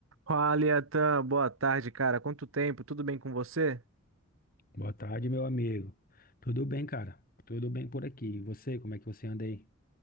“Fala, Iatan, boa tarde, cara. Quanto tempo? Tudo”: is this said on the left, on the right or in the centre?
Right